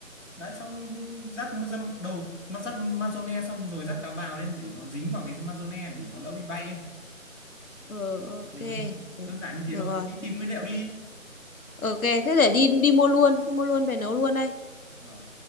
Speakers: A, on the left (about 55°); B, on the left (about 80°).
A: đấy xong rắc ma- dăm- đầu mà rắc mazone xong rồi rắc cá bào lên để nó dính vào cái mazone để nó đỡ bị bay ấy.
B: ờ ok
A: Ừ.
B: để-
A: đơn giản như thế
B: được
A: thôi
B: rồi
A: đi tìm nguyên liệu đi
B: ok thế để đi đi mua luôn đi mua luôn về nấu luôn đây
A: Vâng.